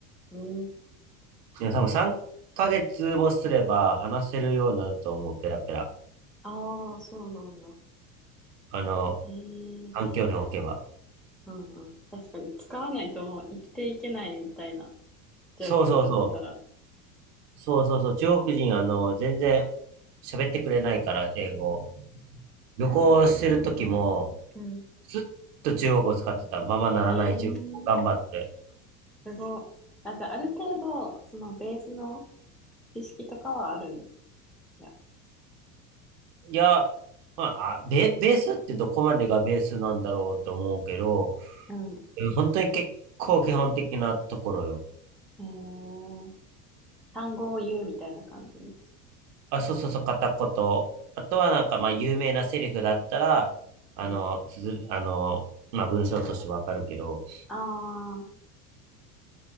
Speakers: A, in the centre; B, on the right (about 70°).
A: うん、
B: でも多分3ヶ月もすれば話せるようになると思う、ペラペラ。
A: ああ、そうなんだ。
B: あの、
A: ええ。
B: 環境に置けば。
A: うんうん。確かに使わないともう生きていけないみたいな状況があったら。
B: そうそうそう。そうそうそう。中国人、あの、全然喋ってくれないから、英語。旅行してる時も、
A: うん。
B: ずっと中国語を使ってた。ままならない中国語を頑張って。
A: えーすごい。あ、じゃあ、ある程度、そのベースの知識とかはあるんや。
B: いや、まあ、あベ、ベースってどこまでがベースなんだろうと思うけど、
A: うん。
B: え本当に結構基本的なところよ。
A: えー、単語を言うみたいな感じ。
B: あ、そうそうそう、片言。あとはなんか、まあ、有名なセリフだったら、あの、
A: うん。
B: つづ、あの、まあ、文章としてわかるけど、
A: ああ、